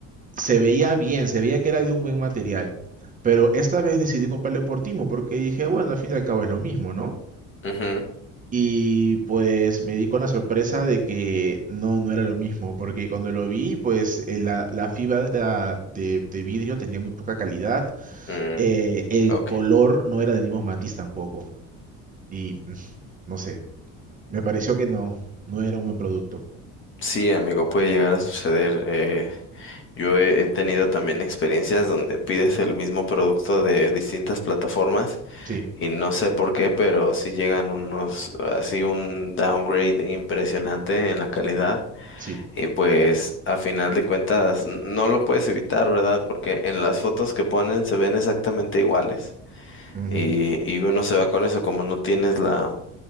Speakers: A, on the right; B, on the left.
A: se veía bien, se veía que era de un buen material. Pero esta vez decidí comprarle por Timo porque dije, bueno, al fin y al cabo es lo mismo, ¿no?
B: ujú,
A: Y pues me di con la sorpresa de que no, no era lo mismo, porque cuando lo vi, pues eh, la, la fibra de, de vidrio tenía muy poca calidad,
B: mm,
A: eh, el
B: ok.
A: color no era del mismo matiz tampoco, y <laughs> mm, no sé, me pareció que no, no era un buen producto.
B: Sí, amigo, puede llegar a suceder. eh, yo he, he tenido también experiencias donde pides el mismo producto de distintas plataformas
A: Sí,
B: y no sé por qué, pero sí llegan unos, así un downgrade impresionante en la calidad.
A: sí,
B: Y pues a final de cuentas n- no lo puedes evitar, ¿verdad? Porque en las fotos que ponen se ven exactamente iguales.
A: ujú,
B: Y, y uno se va con eso, como no tienes la